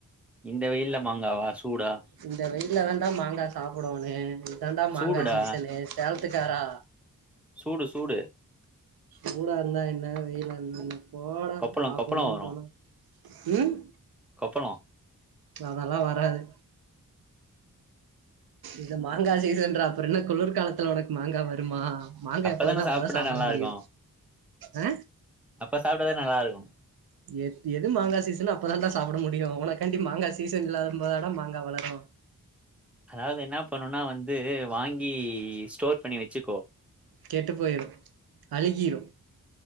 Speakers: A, in the centre; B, on the right.
A: இந்த வெயில்ல மாங்காவா சூடா
B: இந்த வெயில்ல தாண்டா மாங்கா சாப்டோனு இதுதாண்டா
A: சூடுடா
B: மாங்கா சீசனு சேல ஒத்துக்காடா
A: சூடு சூடு
B: சூடா இருந்தா என்ன வெயிலா இருந்தா என்ன போடா
A: கொப்பளோ
B: சாப்டணுன்னு
A: கொப்பளோ வரு
B: தோனா ம்
A: கொப்பளோ
B: அதெல்லா வராது இது மாங்கா சீசன்றா அப்பறோ என்ன குளிர்காலத்துல ஒனக்கு மாங்கா வருமா மாங்கா
A: அப்பதான
B: எப்ப வருதோ அப்பதா
A: சாப்ட்டா
B: சாப்ட
A: நல்லா
B: முடியு
A: இருக்கு
B: ஆ
A: அப்ப சாப்ட்டா தா நல்லாருக்கு
B: எ எது மாங்கா சீசனோ அப்பதான்டா சாப்ட முடியு ஒனக்காண்டி மாங்கா சீசன் இல்லாத போதடா மாங்கா வளரு
A: அதாவது இன்னா பண்ணுன்னா வந்து வாங்கி ஸ்டோர் பண்ணி வச்சுக்கோ
B: கெட்டு போயிரு அழுகிரு